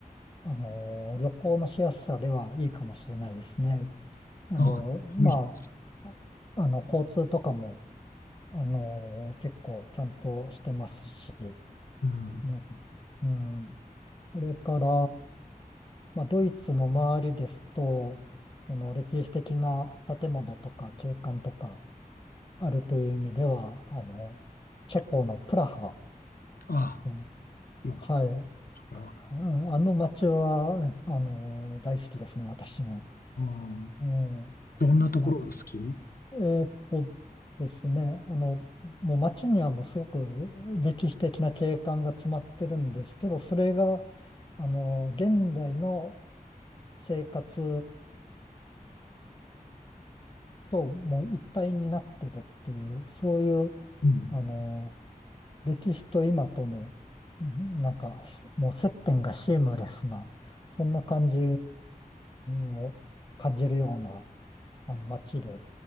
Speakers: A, on the left; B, on the left.
A: あのー、旅行のしやすさではいいかもしれないですね。あの、
B: あ、
A: まあ、
B: 遠い。
A: あの、交通とかも、あのー、結構ちゃんとしてますし、
B: うん。
A: ね。うん。それから、まあ、ドイツの周りですと、その歴史的な建物とか景観とかあるという意味では、あの、チェコのプラハ。
B: あ、
A: うん
B: よく、
A: はい。
B: それは。
A: うんあの街は、あの、大好きですね、私も。
B: うん。
A: えー
B: どんなところが好き
A: な、えーっとですね、あの、もう街にはもうすごく歴史的な景観が詰まってるんですけど、それが、あの、現代の生活ともう一体になってるっていう、そういう、
B: うん。
A: あの、歴史と今との、んなんか、すもう接点がシームレスな、そんな感じを感じるような、あの、街で、